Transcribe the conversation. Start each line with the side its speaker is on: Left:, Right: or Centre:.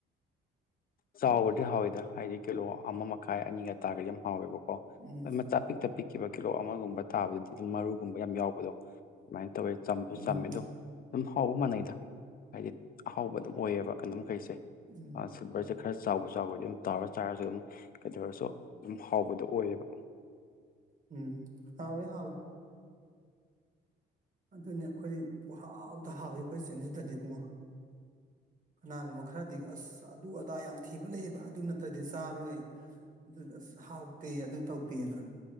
Left: ꯆꯥꯎꯕꯗꯤ ꯍꯥꯎꯋꯦꯗ ꯍꯥꯏꯗꯤ ꯀꯤꯂꯣ ꯑꯃ ꯃꯈꯥꯏ ꯑꯅꯤꯒ ꯇꯥꯒꯗꯤ ꯌꯥꯝ ꯍꯥꯎꯋꯦꯕꯀꯣ
Right: ꯎꯝ
Left: ꯀꯣꯏ ꯃꯆꯥ ꯄꯤꯛꯇ ꯄꯤꯛꯈꯤꯕ ꯀꯤꯂꯣ ꯑꯃꯒꯨꯝꯕ ꯇꯥꯕꯗꯨꯗꯤ ꯑꯗꯨꯝ ꯃꯔꯨꯒꯨꯝꯕ ꯌꯥꯝ ꯌꯥꯎꯕꯗꯣ ꯁꯃꯥꯏꯅ ꯇꯧꯋꯦ ꯆꯁꯨ
Right: ꯎꯝ
Left: ꯆꯝꯃꯦ ꯑꯗꯣ ꯑꯗꯨꯝ ꯍꯥꯎꯕ ꯃꯥꯟꯅꯩꯗ ꯍꯥꯏꯗꯤ ꯑꯍꯥꯎꯕ ꯑꯗꯨꯝ ꯑꯣꯏꯌꯦꯕ ꯀꯩꯅꯣꯝ ꯃꯈꯩꯁꯦ
Right: ꯎꯝ
Left: ꯁꯤꯜꯕꯔꯁꯦ ꯈꯔ ꯆꯥꯎꯕ ꯆꯥꯎꯈ꯭ꯔꯗꯤ ꯑꯗꯨꯝ ꯇꯥꯎꯔ ꯆꯥꯏꯔꯁꯨ ꯑꯗꯨꯝ ꯀꯩꯗꯧꯔꯁꯨ ꯑꯗꯨꯝ ꯍꯥꯎꯕꯗꯣ ꯑꯣꯏꯌꯦꯕ
Right: ꯎꯝ ꯍꯥꯎꯑꯦ ꯍꯥꯎꯑꯦ ꯑꯗꯨꯅꯦ ꯑꯩꯈꯣꯏ ꯄꯨ ꯍꯥꯎꯗ ꯍꯥꯎꯋꯏ ꯑꯩꯈꯣꯏ ꯆꯤꯟꯁꯤꯗꯗꯤꯕꯨ ꯀꯅꯥꯒꯨꯝꯕ ꯈꯔꯗꯤ ꯑꯁ ꯑꯗꯨ ꯑꯗꯥ ꯌꯥꯝ ꯊꯤꯕ ꯂꯩꯑꯕ ꯑꯗꯨ ꯅꯠꯇ꯭ꯔꯗꯤ ꯆꯥꯔꯣꯏ ꯑꯗꯨꯗ ꯑꯁ ꯍꯥꯎꯇꯦ ꯑꯗꯨ ꯇꯧꯗꯦꯅ